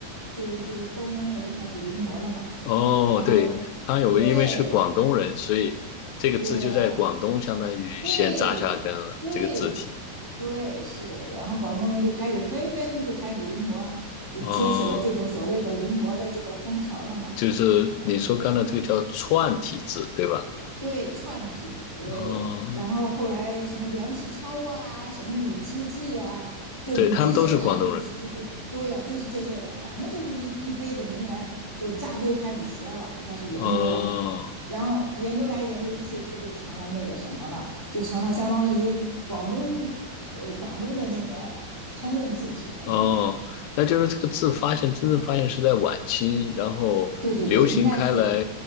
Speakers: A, in the centre; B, on the left.
A: 就就是蜂拥了，就开始临摹了嘛。
B: 哦，
A: 然后
B: 对，康有为因为是广东人，
A: 对
B: 所以这个字就在广东相当于先扎下根了，
A: 对啊，对对
B: 这个字体，
A: 对是，然后广东人就开始纷纷就开始临摹，就接起了这种所谓的临摹的这个风潮了嘛。
B: 嗯，就是你说刚才这个叫串体字，对吧？
A: 对串体，对，
B: 嗯，
A: 然后后来什么梁启超啊，什么李济济啊，就李济深呐、
B: 对，他们都是广东人，
A: 啊对，这这这对呀、啊就是这些人，反正就是一一堆子名人，就扎堆开始学了，开始研究了，
B: 嗯。
A: 然后研究来研究去，这就成了那个什么了，就成了相当于广东呃广东的那个通用字体了嘛。
B: 哦，那就是这个字发现，真正发现是在晚清，然后流行开来
A: 对对对，应该是